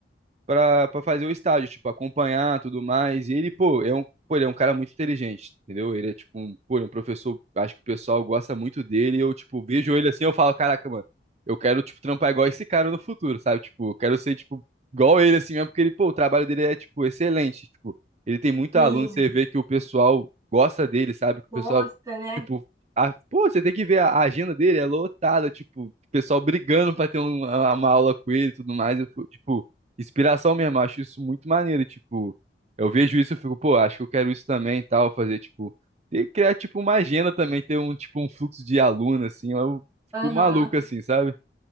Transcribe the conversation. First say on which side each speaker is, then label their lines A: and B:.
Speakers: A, on the right (about 40°); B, on the right (about 20°).
A: pra, pra fazer o estágio, tipo, acompanhar tudo mais. E ele, pô, é um, pô, ele é um cara muito inteligente, entendeu? Ele é tipo um, pô, ele é um professor, acho que o pessoal gosta muito dele. Eu, tipo, vejo ele assim, eu falo, caraca, mano, eu quero, tipo, trampar igual esse cara no futuro, sabe? Tipo, eu quero ser, tipo, igual ele assim mesmo, porque ele, pô, o trabalho dele é, tipo, excelente. Tipo, ele tem muito
B: Sim,
A: aluno, você vê que o pessoal gosta dele, sabe? Que o
B: gosta,
A: pessoal,
B: né?
A: tipo, a, pô, você tem que ver a a agenda dele, é lotada, tipo, o pessoal brigando pra ter um- uma aula com ele e tudo mais. Eu, fico, tipo, inspiração mesmo. Eu acho isso muito maneiro. Tipo, eu vejo isso e fico, pô, acho que eu quero isso também e tal. Fazer, tipo, e criar, tipo, uma agenda também, ter um, tipo, um fluxo de aluno, assim. Eu fico
B: Aham.
A: maluco, assim, sabe?